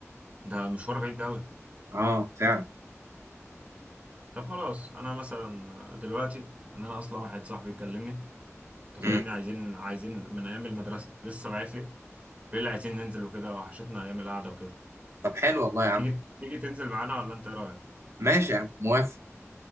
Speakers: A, on the right; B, on the right.
A: ده مشوار بعيد قوي
B: اه فعلا
A: طب خلاص انا مثلا دلوقتي ان انا اصلا واحد صاحبي كلمني انت
B: مم.
A: فاهمني عايزين عايزين من ايام المدرسه لسه باعت لي بيقول لي عايزين ننزل وكده وحشتنا ايام القعده وكده
B: طب حلو والله يا عم
A: تيجي تيجي تنزل معانا ولا انت إيه رايك
B: ماشي يا عم موافق